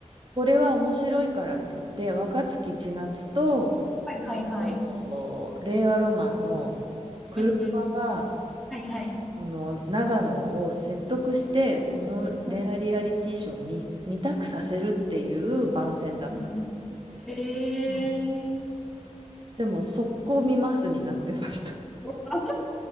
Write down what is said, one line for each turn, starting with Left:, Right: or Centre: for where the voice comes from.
Right: これは面白いからって言って、若槻千夏と、
Centre: はいはいはい。
Right: えっと、令和ロマンの車が、
Centre: うんうん。はいはい。
Right: その長野を説得して、この恋愛リアリティショーを見、
Centre: うん
Right: 見たくさせるっていう番宣だったの。
Centre: うんうんへえ。
Right: うんでも、速攻見ますになってました。
Centre: オ